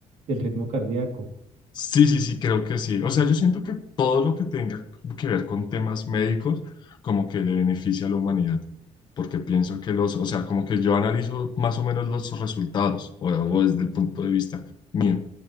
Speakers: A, on the right; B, on the left.
A: del ritmo cardíaco.
B: Sí, sí, sí, creo que sí. O sea, yo siento que todo lo que tenga que ver con temas médicos, como que le beneficia a la humanidad, porque pienso que los, o sea, como que yo analizo más o menos los resultados, o, o desde el punto de vista mío,